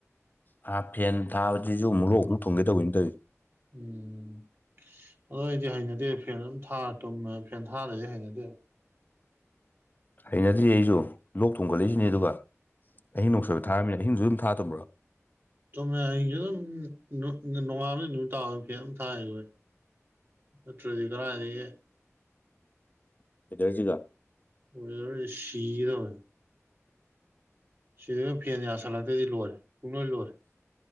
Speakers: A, on the left; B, on the right.
A: ꯍꯥ ꯐꯦꯟ ꯊꯥꯕꯖꯤꯁꯨ ꯑꯃꯨꯛ ꯂꯣꯛ ꯑꯃꯨꯛ ꯊꯨꯡꯒꯦ ꯇꯧꯋꯤꯅ ꯇꯧꯋꯏꯖꯦ
B: ꯎꯝ ꯑꯗꯣ ꯑꯩꯗꯤ ꯍꯩꯅꯗꯦ ꯐꯦꯟ ꯑꯗꯨꯝ ꯊꯥꯔ ꯇꯨꯝꯃꯦ ꯐꯦꯟ ꯊꯥꯔꯗꯗꯤ ꯍꯩꯅꯗꯦꯕ
A: ꯅꯩꯅꯗ꯭ꯔꯤ ꯑꯩꯁꯨ ꯂꯣꯛ ꯊꯣꯡꯒꯠꯂꯛꯏꯁꯤꯅꯦ ꯑꯗꯨꯒ ꯑꯤꯡ ꯅꯣꯡꯁꯣꯏꯕ ꯊꯥꯔꯝꯃꯤꯅ ꯑꯤꯡꯁꯨ ꯊꯥ ꯇꯨꯝ꯭ꯔꯥ
B: ꯆꯨꯃꯦ ꯑꯌꯤꯡꯁꯨ ꯑꯗꯨꯝ ꯅꯣꯡꯉꯥꯥꯟꯕꯗ ꯑꯗꯨꯃꯤ ꯇꯥꯕ ꯐꯦꯟ ꯑꯗꯨꯝ ꯊꯥꯏ ꯑꯩꯈꯣꯏ ꯅꯠꯇ꯭ꯔꯗꯤ ꯀꯗꯥꯥꯏꯗꯒꯤ
A: ꯏꯗꯔꯁꯤꯒ
B: ꯑꯣꯏ ꯁꯤꯒꯦ ꯇꯧꯋꯦ ꯁꯤꯗꯅ ꯐꯤ ꯑꯅꯤ ꯑꯁꯥ ꯂꯥꯛꯇꯦꯗꯤ ꯂꯣꯏꯔꯦ ꯄꯨꯡꯂꯣꯏ ꯂꯣꯏꯔꯦ